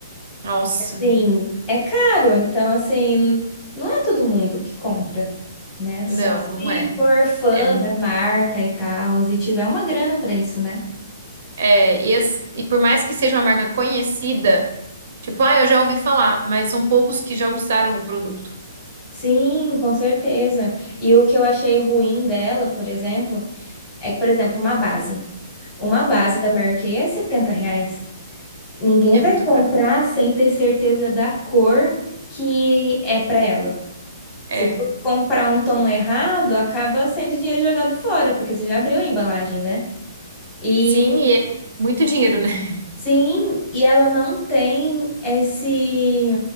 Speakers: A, on the right; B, on the left.
A: Nossa,
B: Sim, é caro, então assim, não é todo mundo que compra, né? Só
A: não,
B: se
A: não é.
B: for fã
A: É,
B: da marca e tal, e tiver uma grana pra isso, né?
A: é, e, as- e por mais que seja uma marca conhecida, tipo, ah, eu já ouvi falar, mas são poucos que já usaram o produto.
B: Sim, com certeza. E o que eu achei ruim dela, por exemplo, É que, por exemplo, uma base. Uma base
A: Uhum.
B: da Mary Kay é 70 reais. Ninguém
A: É
B: vai
A: muito
B: comprar
A: caro.
B: sem ter certeza da cor que é pra ela.
A: É.
B: Se tu comprar um tom errado, acaba sendo dinheiro jogado fora, porque você já abriu a embalagem, né? E
A: Sim, e é muito dinheiro, né? <laughs>
B: sim, e ela não tem esse,